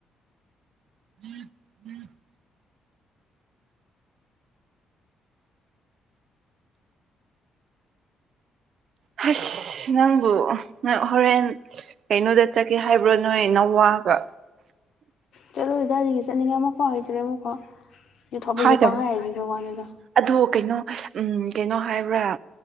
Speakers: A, on the right; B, on the left.
A: <inaudible> ꯍꯁ ꯅꯪꯕꯨ ꯅꯪ ꯍꯣꯔꯦꯟ ꯀꯩꯅꯣꯗ ꯆꯠꯀꯦ ꯍꯥꯏꯕ꯭ꯔꯣ ꯅꯣꯏ ꯅꯋꯥꯒ
B: ꯆꯠꯂꯣꯢ ꯀꯥꯢꯗꯒꯤ ꯆꯠꯅꯤꯡꯉꯥꯏ ꯑꯃꯨꯛꯐꯥꯎ ꯂꯩꯇ꯭ꯔꯦ ꯑꯃꯐꯥꯎ ꯌꯨ ꯊꯛꯄꯒꯤ
A: ꯍꯥꯏꯗꯕ
B: ꯄꯡꯍꯥꯏ ꯍꯥꯏꯖꯤꯟꯕꯒꯤ ꯋꯥꯅꯤꯗꯥ꯫
A: ꯑꯗꯣ ꯀꯩꯅꯣ ꯀꯩꯅꯣ ꯍꯥꯏꯕ꯭ꯔꯥ